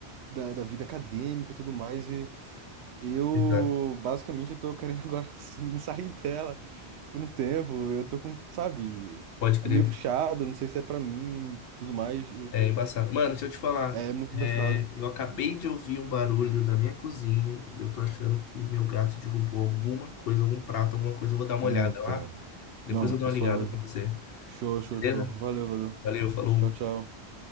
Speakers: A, on the right; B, on the left.
A: da, da vida acadêmica e tudo mais. E eu,
B: Exato.
A: basicamente, eu tô querendo <laughs> agora me sair dela por um tempo. Eu tô com, sabe?
B: Pode
A: É
B: crer.
A: meio puxado, não sei se é pra mim, tudo mais.
B: É embaçado. Mano, deixa eu te falar.
A: É, é muito
B: É,
A: embaçado.
B: eu acabei de ouvir um barulho da minha cozinha e eu tô achando que meu gato derrubou alguma coisa, algum prato, alguma coisa. Eu vou dar uma
A: Puta.
B: olhada lá. Depois
A: Não,
B: eu dou
A: tá
B: uma
A: suave.
B: ligada pra você.
A: Show, show,
B: Beleza?
A: show. Valeu, valeu.
B: Valeu, falou.
A: Tchau, tchau.